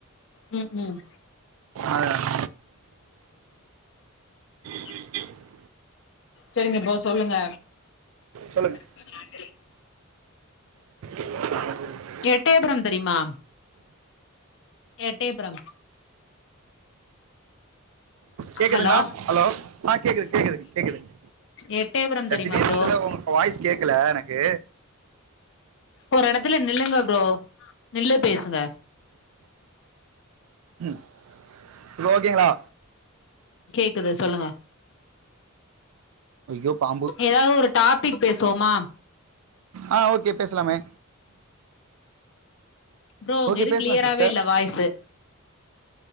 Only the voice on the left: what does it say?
ம் ம்
<inaudible>
செரிங்க ப்ரோ சொல்லுங்க
<unintelligible>
எட்டயப்புரம் தெரியுமா எட்டயப்புரம்
ஹலோ
எட்டயபுரம் தெரியுமா
ப்ரோ
ஒரு எடத்துல நில்லுங்க ப்ரோ நில்லு பேசுங்க
கேக்குது சொல்லுங்க
ஏதாவது ஒரு டாபிக் பேசுவோமா
ப்ரோ உங்க
இது
கிளியராவே
இல்ல வாய்ஸு